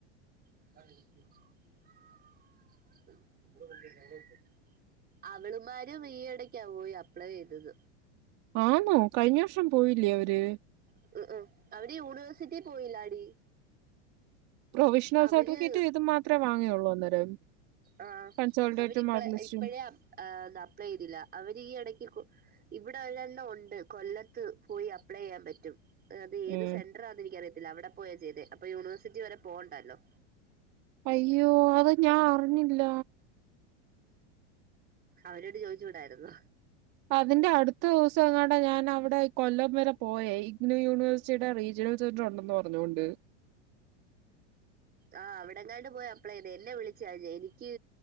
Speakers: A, on the right; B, on the right.
A: <unintelligible> അവളമാരും ഈയിടക്കാ പോയി അപ്ലൈ ചെയ്തത്
B: ആന്നോ കഴിഞ്ഞ വർഷം പോയില്ലേ അവര്
A: <unintelligible> അവര് യൂണിവേഴ്സിറ്റി പോയില്ല ടി
B: പ്രൊവിഷ്ണൽ
A: അവര്
B: സർട്ടിഫിക്കറ്റ് ഇത് മാത്രയ് വാങ്ങിയുള്ളൂ അന്നേരം
A: ആഹ്
B: കൺസോൾഡേറ്റും
A: ഗൗരി ഇപ്പളേ
B: മാർക്ക് ലിസ്റ്റും
A: ഇപ്പഴേ അപ് ആഹ് എന്താ അപ്ലൈയ്തില്ല. അവര് ഈ എടക്ക് കു ഇവിടെ ഒരണ്ണം ഉണ്ട് കൊല്ലത്ത് പോയി അപ്ലൈ ചെയ്യാൻ പറ്റും. അത് ഏത്
B: ഉം
A: സെൻട്രാന്ന് എനിക്കറിയത്തില്ല അവിടെ പോയ ചെയ്തെ. അപ്പൊ യൂണിവേഴ്സിറ്റി വരെ പോവണ്ടല്ലോ.
B: അയ്യോ അത് ഞാൻ അറിഞ്ഞില്ല.
A: അവരോട് ചോയിചൂടായിരുന്നോ.
B: അതിന്റെ അടുത്തൂസങ്ങാണ്ടേ ഞാൻ അവിടെ കൊല്ലം വരെ പോയേയ് ഇന്ന് യൂണിവേഴ്സിടെ റീജിണൽ സീഡ്രോ ഉണ്ടെന്ന് പറഞ്ഞുകൊണ്ട്
A: ആഹ് അവിടെങ്ങാണ്ട് പോയ അപ്ലയ്തെ എന്നെ വിളിചാഞ് എനിക്ക്